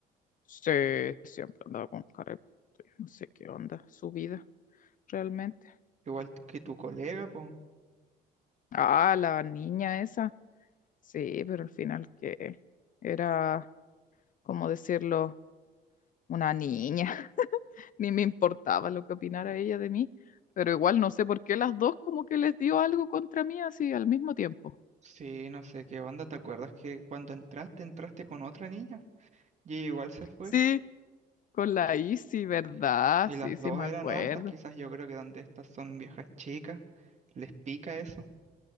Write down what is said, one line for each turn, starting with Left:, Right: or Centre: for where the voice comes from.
Left: Sí, siempre andaba con cara de puto, yo no sé qué onda su vida realmente.
Right: igual que tu colega, po.
Left: Ah, la niña esa. Sí, pero al final que era, como decirlo, una niña. <laughs> Ni me importaba lo que opinara ella de mí, pero igual no sé por qué las dos como que les dio algo contra mí así al mismo tiempo.
Right: Sí, no sé qué onda, ¿te acuerdas que cuando entraste, entraste con otra niña? Y ella igual se fue.
Left: Sí, con la Isi, ¿verdad?
Right: eh, Y las
Left: Sí, sí
Right: dos
Left: me
Right: eran
Left: acuerdo.
Right: altas, quizás yo creo que donde estas son viejas chicas, les pica eso.